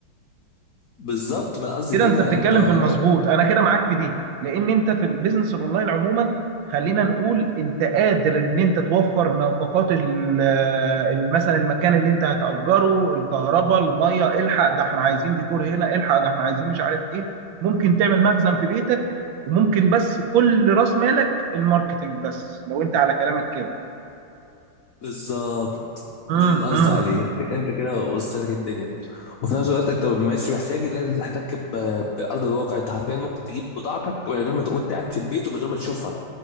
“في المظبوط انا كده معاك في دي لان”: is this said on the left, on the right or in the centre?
Right